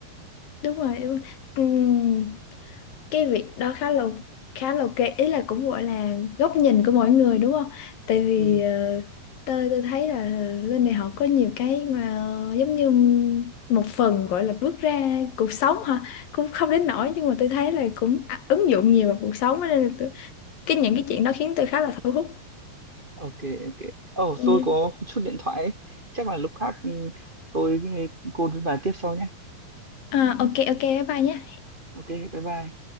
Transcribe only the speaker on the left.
Đúng rồi. Đúng rồi. Ừ. Cái việc đó khá là khá là ok ý là cũng gọi là góc nhìn của mỗi người đúng không? Tại vì
ờ, tôi tôi thấy là lên đại học có nhiều cái mà giống như một phần gọi là bước ra cuộc sống hả? Cũng không đến nỗi nhưng mà tôi thấy là cũng à- ứng dụng nhiều vào cuộc sống á, nên là tôi, cái những cái chuyện đó khiến tôi khá là thu hút.
Ừ.
À, ok ok bye bye nhé.